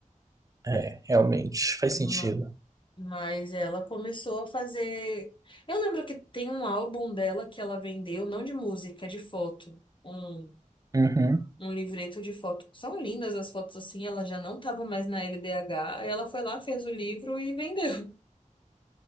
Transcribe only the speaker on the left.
Ma-
Mas ela começou a fazer. Eu lembro que tem um álbum dela que ela vendeu, não de música, de foto. Um,
um livreto de foto. São lindas as fotos assim, ela já não estava mais na LDH, aí ela foi lá, fez o livro e vendeu.